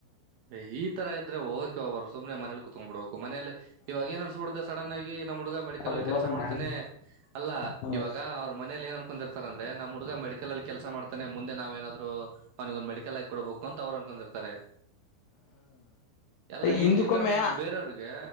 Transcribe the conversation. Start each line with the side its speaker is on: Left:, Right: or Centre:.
Right: ಎ ಇತರ ಇದ್ರೆ ಹೋಗಕೆ ಬಾರ್ದ ಸುಮ್ನೆ ಮನೇಲಿ ಕುೂತ್ಕ್ಬ ಬಿಡಬೇಕ್ ಮನಲಿ ಇವಾಗ ಏನ್ ಅನ್ಸಬಿಡುತ್ತೆ ಸಡನ್ ಆಗಿ ನಮ್ಮ್ ಹುಡುಗ ಮೆಡಿಕಲ್
Left: ಅವೆಲ್ಲರೂ
Right: ಅಲ್ಲಿ ಕೆಲಸ ಮಾಡ್ತಾನೆ
Left: ನಾನೇ
Right: ಅಲ್ಲ
Left: ಹ್ಮ್
Right: ಇವಾಗ್ ಆ ಅವ್ರ ಮನೆಲಿ ಏನ್ ಅನ್ಕೂಡಿರ್ತಾರೆ ಅಂದ್ರೆ ನಮ್ ಹುಡ್ಗ ಮೆಡಿಕಲ್ ಅಲ್ ಕೆಲಸ ಮಾಡ್ತಾನೆ ಮುಂದೆ ನಾವ್ ಏನಾದ್ರು ಅವ್ನಿಗೆ ಒಂದ್ ಮೆಡಿಕಲ್ ಆಕೊಡ್ಬೇಕು ಅಂತ ಅವರು ಅನ್ಕೊಂಡಿರ್ತಾರೆ. ಎಲ್ಲ ಇವನ್
Left: ಹಿಂದಕ್ಕೊಮ್ಮೆ
Right: ಈ ತರ ಬೇರೆಯವ್ರಿಗೆ.